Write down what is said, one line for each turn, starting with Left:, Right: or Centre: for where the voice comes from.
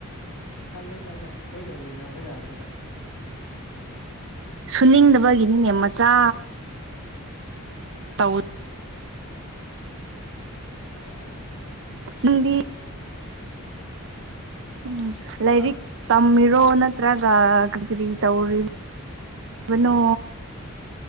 Left: ꯑꯁ ꯀꯜꯂꯦ ꯀꯜꯂꯦ ꯑꯩꯈꯣꯏꯒ ꯌꯦꯡꯅꯕ ꯌꯥꯔꯣꯏꯗ
Right: ꯁꯨꯅꯤꯡꯗꯕꯒꯤꯅꯤꯅꯦ ꯃꯆꯥ ꯇꯧ
Left: ꯃꯆꯥ ꯑꯣꯏꯁꯨ
Right: ꯅꯪꯗꯤ
Left: ꯇꯧꯔꯤꯗꯨ ꯑꯗꯨ ꯐꯔꯕꯅꯦ
Right: ꯎꯝ ꯂꯥꯏꯔꯤꯛ
Left: ꯍꯥ
Right: ꯇꯝꯃꯤꯔꯣ ꯅꯠꯇ꯭ꯔꯒ ꯀꯔꯤ ꯀꯔꯤ ꯇꯧꯔꯤꯕ ꯑꯗꯨꯕꯅꯣ